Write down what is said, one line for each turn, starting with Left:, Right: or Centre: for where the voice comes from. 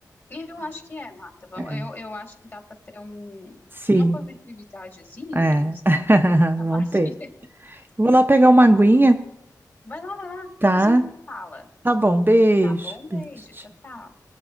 Left: E Eu acho que é, Marta. Vamos-
Right: É.
Left: Eu, eu acho que dá para ter um,
Right: Sim.
Left: uma positividadezinha,
Right: É.
Left: não sei
Right: <laughs>
Left: como falar
Right: Vão
Left: assim.
Right: ter.
Left: <laughs>
Right: Vou lá pegar uma aguinha,
Left: Vai lá, vai lá,
Right: tá?
Left: depois a gente fala.
Right: Tá bom. Beijo.
Left: Tá bom? Beijo,
Right: Beijo.
Left: tchau, tchau.